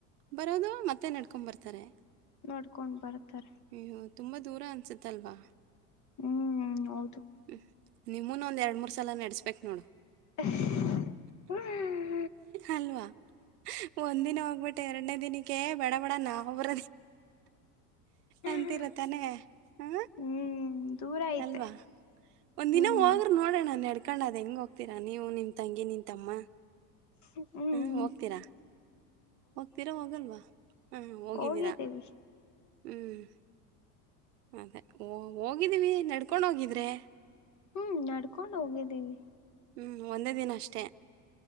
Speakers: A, on the right; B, on the left.
A: ಬರೋದು ಮತ್ತೆ ನಡ್ಕೊ ಬರ್ತಾರೆ.
B: ನೋಡ್ಕೊಂಡ್ ಬರ್ತಾರೆ.
A: ಹ್ ಹ್ ತುಂಬಾ ದೂರ ಅನ್ಸತ್ ಅಲ್ವಾ.
B: ಹ್ಮ್್ಮ ಹೌದು.
A: ಹ್ಮ ನಿಮ್ಮೂನು ಒಂದ್ ಎರಡ್ ಮೂರ್ ಸಲ ನಡೆಸ್ಬೇಕೇಕ್ ನೋಡು.
B: ಹ್ಮ
A: ಅಲ್ವಾ ಒಂದಿನ ಹೋಗ್ಬಿಟ್ಟೆ ಎರಡನೇ ದಿನಕ್ಕೆ ಬೇಡ ಬೇಡ ನಾವ್ಬರ
B: ಹ್ಮ್
A: ಅಂತರ ತಾನೆ ಹ.
B: ಹ್ಮ್ ದೂರ ಐತೆ
A: ಅಲ್ವಾ ಒಂದ
B: ಹ್ಮ್
A: ದಿನ ಹೋಗ್ರೆ ನೋಡೋಣ ನೆಡ್ ಕೂಡ್ ಹೆಂಗ್ ಹೋಗ್ತೀರಾ ನೀವು ನಿಮ ತಂಗಿ ನಿನ್ ತಮ್ಮ.
B: ಹ್ಮ್್ಮ
A: ಹ ಹೋಗ್ತೀರಾ ಹೋಗ್ತೀರಾ ಹೋಗಲ್ವಾ ಹಾ ಹೋಗಿದ್ದಿರಾ
B: ಹೋಗಿದ್ದೀವಿ
A: ಹ್ಮ್. ಅದಓ ಹೋಗಿದೀವಿ ನಡ್ಕೊಂಡ್ ಹೋಗಿದ್ರೆ.
B: ಹ್ಮ್ ನಡ್ಕೊಂಡು ಹೋಗಿದ್ದೀವಿ.
A: ಹ್ಮ ಒಂದೇ ದಿನ ಅಷ್ಟೇ.